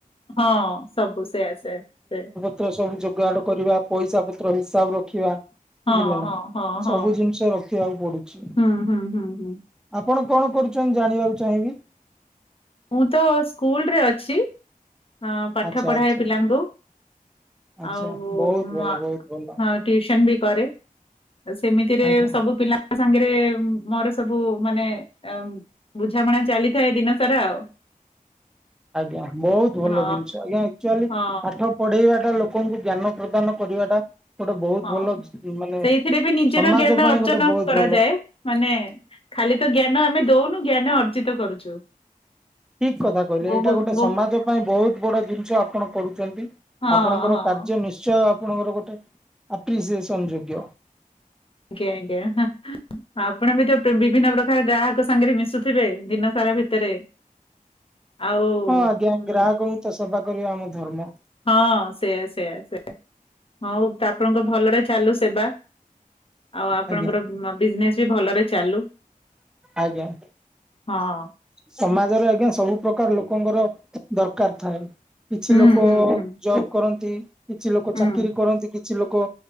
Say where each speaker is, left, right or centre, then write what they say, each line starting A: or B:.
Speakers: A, on the left (about 40°); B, in the centre.
A: ହଁ ସବୁ ସେଆ ସେଆ ସେଆ।
B: ତ ସବୁ ଯୋଗାଡ କରିବା ପଇସାପତ୍ର ହିସାବ ରଖିବା।
A: ହଁ
B: ବୁଝିଲେ ନା,
A: ହଁ ହଁ
B: ସବୁ
A: ହଁ।
B: ଜିନିଷ ରଖିବାକୁ ପଡୁଚି।
A: ହୁଁ ହୁଁ ହୁଁ ହୁଁ
B: ଆପଣ କଣ କରୁଚ ନ୍ତି ଜାଣିବାକୁ ଚାହିଁବି?
A: ମୁଁ ତ ସ୍କୁଲରେ ଅଛି ଆଁ ପାଠ
B: ଆଚ୍ଛା
A: ପଢାଏ
B: ଆଚ୍ଛା
A: ପିଲାଙ୍କୁ।
B: ଆଚ୍ଛା
A: ଆଉ
B: ବହୁତ ଭଲ
A: ମ
B: ବହୁତ ଭଲ
A: ହ ଟିଉସନ୍ ବି କରେ, ସେମିତିରେ
B: ଆଜ୍ଞା।
A: ସବୁ ପିଲା ଙ୍କ ସାଙ୍ଗେରେ ଉଁ ମୋର ସବୁ ମାନେ ଏ ଉଁ ବୁଝାମଣା ଚାଲିଥାଏ ଦିନ ସାରା ଆଉ
B: ଆଜ୍ଞା ବୋହୁତ ଭଲ
A: ହଁ
B: ଜିନିଷ ଆଜ୍ଞା ଏକ୍ଚୁଆଲୀ
A: ହଁ
B: ପାଠ ପଢେଇବାଟା ଲୋକଙ୍କୁ ଜ୍ଞାନ ପ୍ରଦାନ କରିବାଟା ଗୋଟେ ବହୁତ
A: ହଁ
B: ଭଲ ମାନେ
A: ସେଇଥିରେ ବି ନିଜର
B: ସମାଜ
A: ଜ୍ଞାନ
B: ପାଇଁ
A: ଅର୍ଜନ
B: ଗୋଟେ ବହୁତ
A: କରାଯାଏ
B: ଭଲ
A: ମାନେ ଖାଲି ତ ଜ୍ଞାନ ଆମେ ଦଉନୁ ଜ୍ଞାନ ଅର୍ଜିତ କରୁଛୁ।
B: ଠିକ କଥା କହିଲେ
A: ବହୁତ
B: ଏଇଟା ଗୋଟେ
A: ବହୁ
B: ସମାଜ ପାଇଁ ବହୁତ ବଡ ଜିନିଷ ଆପଣ କରୁଛନ୍ତି।
A: ହଁ
B: ଆପଣଙ୍କର
A: ହଁ।
B: କାର୍ଯ୍ୟ ନିଶ୍ଚୟ ଆପଣଙ୍କର ଗୋଟେ ଆପ୍ରିସିଏସନ ଯୋଗ୍ୟ।
A: ଆଜ୍ଞା ଆ୍ଞା ହଁ ଆପଣ ବି ତ ବିଭିନ୍ନ ପ୍ରକାର ଗ୍ରାହକ ସାଙ୍ଗରେ ମିଶୁଥିବେ ଦିନ ସାରା ଭିତରେ? ଆଉ ହ
B: ହଁ ଆଜ୍ଞା ଗ୍ରାହକଙ୍କୁ ତ ସେବା କରିବା ଆମ ଧର୍ମ।
A: ହଁ ସେୟା ସେୟା ସୋ ହଉ ଆପଣଙ୍କ ଭଲରେ ଚାଲୁ ସେବା। ଆଉ ଆପଣଙ୍କର
B: ଆଜ୍ଞା
A: ବିଜନେସ ବି ଭଲରେ ଚାଲୁ।
B: ଆଜ୍ଞା
A: ହଁ
B: ସମାଜର ଆଜ୍ଞା ସବୁ ପ୍ରକାର ଲୋକଙ୍କର ଦରକାର ଥାଏ। କିଛି
A: ହୁଁ
B: ଲୋକ
A: ହୁଁ ହୁଁ
B: ଜଵ୍ କରନ୍ତି କିଛି ଲୋକ
A: ହୁଁ
B: ଚାକିରି କରନ୍ତି କି କିଛି ଲୋକ